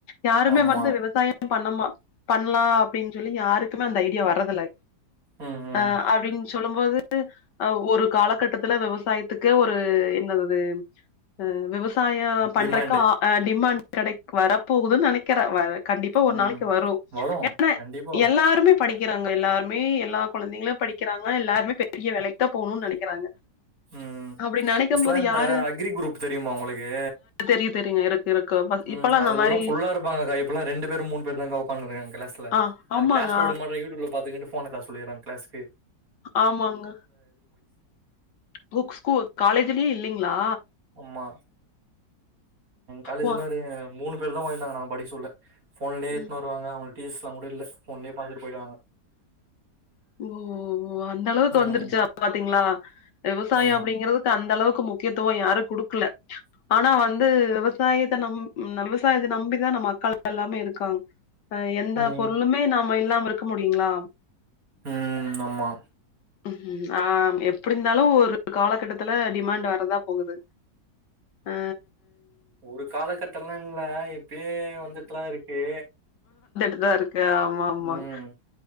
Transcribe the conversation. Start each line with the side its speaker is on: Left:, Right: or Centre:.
Left: யாருமே
Right: ஆமா
Left: வந்து விவசாயம் பண்ணமா பண்ணலாம் அப்டின் சொல்லி யாருக்குமே அந்த ஐடியா வரதுல்ல
Right: ம் ம்
Left: ஆ அப்டின் சொல்லம்போது அ ஒரு காலகட்டத்துல வெவசாயத்துக்கே ஒரு நல்லது ஆ விவஸ் சாயோ பண்றக்கு
Right: டிமாண்டு
Left: ஆ டிமாண்ட் கெடைக் வரப்போகுதுன் நெனைக்கிறே வரக் கண்டிப்பா ஒரு
Right: ம்
Left: நாளைக்கு வரூ
Right: வரு
Left: ஏனா
Right: கண்டிப்பா வரு
Left: எல்லாருமே படிக்கிறாங்க எல்லாருமே எல்லா குழந்தைங்களூ படிக் வ எல்லாருமே பெரிய வேலைக் தா போணூன் நெனைக்கிறாங்க
Right: ம்
Left: அப்டி நெனைக்கும்போது
Right: ஃபர்ஸ்ட்லா இந்த
Left: யாரு
Right: அக்ரி க்ரூப் தெரியுமா உங்களுக்கு
Left: தெரியும் தெரியுங்க. இருக்கு இருக்கு.
Right: ம்
Left: இப்பல்லாம் அந்த
Right: அதுலெல்லா
Left: மாரி
Right: ஃபுல்லாருப்பாங் ஆங்கக்கா இப்பலா ரெண்டு பேரு மூணு பேரு தாங்க்கா ஒக்காந்துருக்காங் க்ளாஸ்ல
Left: ஆ ஆமாங்க,
Right: அது க்ளாஸ் கூட எடுக்கமாட்டுங் யூடியூப்ல பாத்துக்கன்ட்டு போனதா சொல்லிட்றாங் க்ளாஸ்கு
Left: ஆமாங்க புக்ஸ்கூ காலேஜ்லயே இல்லிங்ளா
Right: ஆமா காலேஜ்லாரு
Left: வா
Right: மூணு பேர் தா வாய்ந்தாங்க நாங்க படிக் சொல்ல ஃபோன்லயே
Left: உம்,
Right: எத்னு வருவாங்க அவுங்களுக் டீஸ்லா கூட இல்ல ஃபோன்லேய பாத்துட்டு போயிடுவாங்க
Left: ஓ ஓ ஓ அந்தளவுக்கு வந்துருச்சா
Right: ம்
Left: பாத்தீங்ளா விவசாயோ
Right: ஆமா
Left: அப்படிங்கிறதுக் அந்தளவுக்கு முக்கியத்துவே யாரூ குடுக்ல ஆனா வந் து விவசாயத்த நம் விவசாயத்த நம்பிதா நம் மக்கள்ல்லாமே இருக்காங் அ எந்த
Right: ம்
Left: பொருளுமே நாம இல்லாம இருக்க முடியுங்ளா
Right: ம் ஆமா
Left: ம் ஆ எப்டிருந்தாலூ ஒரு காலகட்டத்துல டிமாண்ட் வரதா போகுது ஆ
Right: ஒரு காலகட்டல்லா இல்ல இப்பயே வந்துட்டுலா இருக்கு
Left: இதா இருக்கா ஆமாம்மாங்
Right: ம்